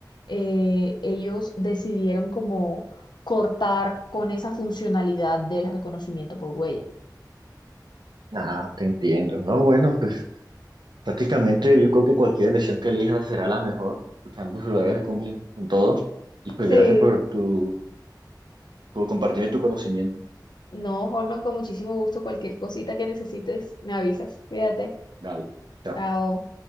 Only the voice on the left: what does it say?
eh, ellos decidieron como cortar con esa funcionalidad del reconocimiento por huella.
Sí.
No, Holman, con muchísimo gusto. Cualquier cosita que necesites, me avisas. Cuídate.
Chao.